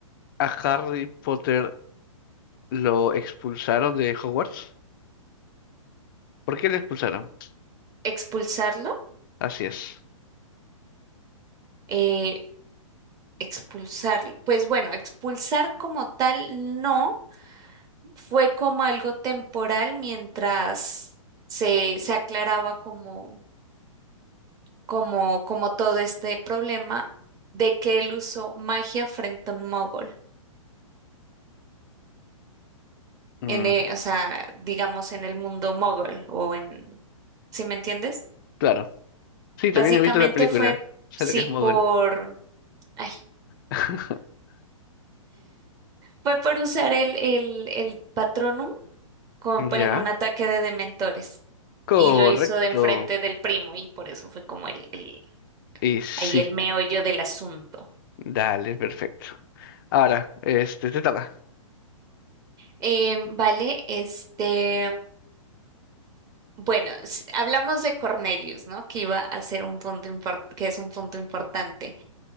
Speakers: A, on the left (about 40°); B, on the right (about 20°).
A: a Harry Potter lo expulsaron de Hogwarts? ¿Por qué lo expulsaron?
B: ¿Expulsarlo?
A: Así es.
B: Eh, expulsarlo. Pues bueno, expulsar como tal no fue como algo temporal mientras se, se aclaraba como, como, como todo este problema de que él usó magia frente a un mogol,
A: Mm,
B: en, e- o sea, digamos en el mundo mogol o en, ¿sí me entiendes?
A: claro. Sí,
B: Básicamente
A: también he visto la película.
B: fue,
A: Sale
B: sí,
A: que es mogul.
B: por, ay,
A: <laughs>
B: fue por usar el, el, el Patronum como pa-
A: Ya.
B: en un ataque de dementores.
A: Correcto.
B: Y lo hizo de enfrente del primo y por eso fue como el, el-
A: Y sí.
B: Ahí el meollo del asunto.
A: Dale, perfecto. Ahora, este, te toca.
B: Eh, vale, este, bueno, s- hablamos de Cornelius, ¿no? Que iba a ser un punto impor- que es un punto importante.